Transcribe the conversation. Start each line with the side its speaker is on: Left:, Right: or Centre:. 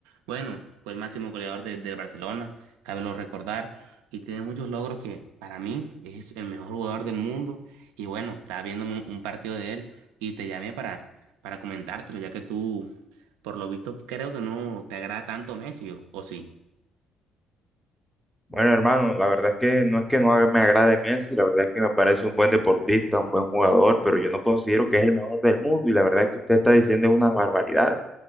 Right: bueno, fue el máximo goleador de- del Barcelona, cabe lo recordar, y tiene muchos logros que para mí es el mejor jugador del mundo, y bueno, estaba viéndome un, un partido de él y te llamé para, para comentártelo, ya que tú, por lo visto, creo que no te agrada tanto Messi, o o sí?
Centre: Bueno, hermano, la verdad es que no es que no haga- me agrade Messi, la verdad es que me parece un buen deportista, un buen jugador, pero yo no considero que es el mejor del mundo y la verdad es que usted está diciendo unas barbaridades.